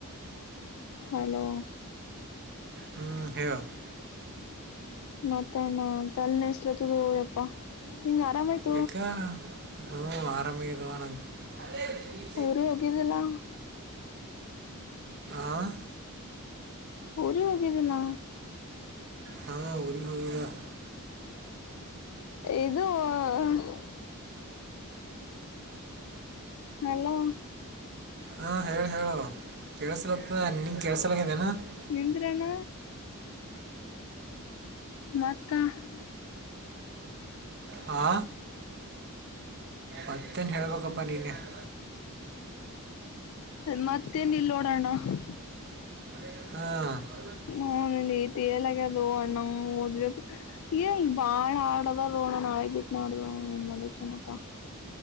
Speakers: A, on the left; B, on the right.
A: ಹಲೋ? <inaudible>
B: ಹ ಹೇಳ <inaudible>
A: ಮತ್ತಣ್ಣ ತಲೆ ನಸ್ಲತ ಹೋ ಯಪ್ಪಾ ನಿಂಗ ಆರಾಮಾಯ್ತ? <inaudible>
B: ಬಿಕ ಹೂ ಆರಾಮ ಇದಿದ್ದಾವ ನಂಗ <inaudible> ಹಳೇ ಬೆರಿ <inaudible>
A: ಊರಿಗ ಹೋಗಿಲಲ್ಲ. <inaudible>
B: ಆ <inaudible> <unintelligible>
A: ಊರಿಗೆ ಹೋಗಿದಿಲ್ಲ.
B: ಹಾ ಊರಿಗೆ ಹೋಗಿದ್ಯ <inaudible>
A: ಇದು ವಹ <inaudible> ಹಲೋ?
B: ಹಾ ಹಲೋ ಹೇಳು. <inaudible> ಕೇಳಸಲಪ್ಪ ನಿಂಗ ಕೇಳಸಲದ ಆಗಿತ್ತ ಏನ್ <inaudible>
A: ನಿಂದ್ರಲ್ಲ ಮತ್ತ <inaudible> <unintelligible>
B: ಹಾ ಮತ್ತೇನು ಹೇಳೇಬೇಕಪ್ಪ ನಿನ್ನೆ <inaudible> <unintelligible>
A: ಮತ್ತೇನ್ ಇಲ್ಲ ನೋಡಣ್ಣ? <inaudible> <unintelligible>
B: ಹಾ <inaudible>
A: <inaudible> ಹೂ ನನಗ ಈ ತಿಳಿಯದ ಆಗಿತ್ತ ಅಣ್ಣ ಓದಿದ್ದ ಏ ಬಾಳ ಹಾಡ್ರ ಅದರೋ ಅಣ್ಣ ನಾಳಿಗೆ ಬಿಟ್ಟು ನಾಡಾದ ಆದ ಅದಕ್ಕ ಏನಪ್ಪ. <inaudible>